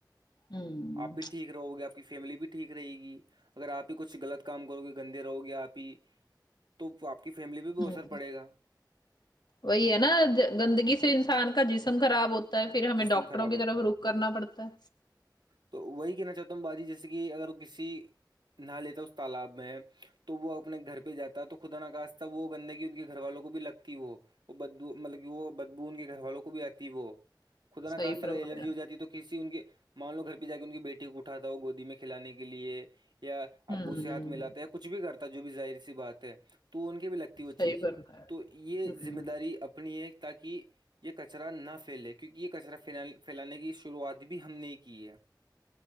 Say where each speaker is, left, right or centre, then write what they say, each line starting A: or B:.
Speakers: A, on the left; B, on the right.
A: ہوں
B: آپ بھی ٹھیک رہو گے کی فیملی بھی ٹھیک رہے گی اگر آپ ہی کچھ غلط کام کرو گے گندے رہو گے آپ ہی تو آپ کی فیملی بھی بھی
A: ہوں
B: اثر پڑے گا
A: وہی ہے نا گندگی سے انسان کا جسم خراب ہوتا پھر ہمیں
B: جسم
A: ڈاکٹروں
B: خراب
A: کی
B: ہوتا
A: طرف
B: ہے
A: روخ کرنا پڑتا ہے
B: تو وہی کہنا چاہتا ہوں باجی جیسے کہ اگر کسی نہا لیتا ہے اس تالاب میں تو وہ اپنے گھر پہ جاتا ہے تو خدا نقاستتا وہ گندگی ان کے گھر والوں کو بھی لگتا وہ وہ بدھبو مطلب کہ وہ بدھبو ان کے گھر والوں کو بھی آتی وہ خدا نہ
A: صحیح
B: خواستہ
A: فرمایا
B: اگر الرجی ہو جاتی تو کسی ان کے مان لو گھر پہ جا کے ان کی بیٹی کو اٹھاتا وہ گودی میں کھانے کے لیے یا
A: ہوں
B: ابو سے ہاتھ ملاتا ہے کچھ بھی کرتا جو بھی ظاہر سی بات ہے تو ان کے بھی لگ تی وہ
A: صحیح
B: چیز
A: فرمایا
B: تو یہ
A: ہوں
B: ذمہ داری اپنی ہے تاکہ یہ کچرا نہ پھیلے کیونکہ یہ کچرا پھیلانے کی شروعات بھی ہم نے کی ہے